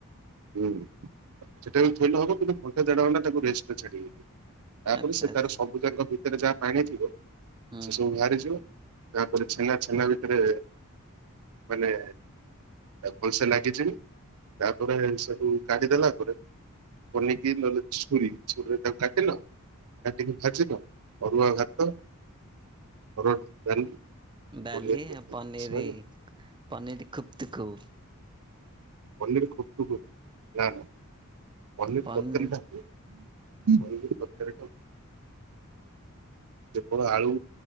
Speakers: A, on the right (about 75°); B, on the right (about 20°).
A: ହୁଁ ସେଟା କୁ ଥୋଇଲେ ହବ କିନ୍ତୁ ଘଣ୍ଟେ ଦେଢ଼ ଘଣ୍ଟା ତାକୁ ରେଜଷ୍ଟ ରେ ଛାଡ଼ି ତାପରେ
B: ଆଚ୍ଛା
A: ସେ
B: ଆଚ୍ଛା
A: ତାର ସବୁଯାକ ଭିତରେ ଯାହା ପାଣି ଥିବ
B: ହୁଁ
A: ସେ ସବୁ ବାହାରିଯିବ। ତାପରେ ଛେନା ଛେନା ଭିତରେ ମାନେ। ତା ଭଲସେ ଲାଗିଯିବ। ତାପରେ ସେଠୁ କାଢ଼ିଦେଲା ପରେ ପନିକି ନହେଲେ ଛୁରୀ ଛୁରୀରେ ତାକୁ କାଟିଲ। କାଟିିକି ଭାଜିଲ ଅରୁଆ ଭାତ, ହରଡ୍ ଡାଲି।
B: ବାଲି
A: ପନିର ତରକାରୀ
B: ପନିରି
A: ସଇଲା
B: ପନିରି ଖୁପ୍ତୁ କୁ।
A: ପନିରି ଖୂପ୍ତୁକୁ ନା ନା ପନିର
B: ପନି
A: ତରକାରୀଟା। ପନିର <unintelligible> ଖାଉ। ଯେ କଣ ଆଳୁ